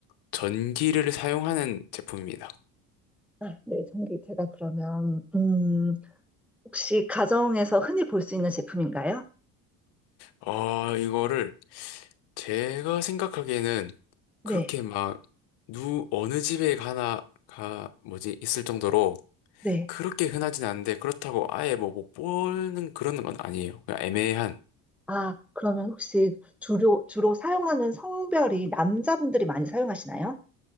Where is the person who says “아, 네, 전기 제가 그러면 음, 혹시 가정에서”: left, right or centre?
Centre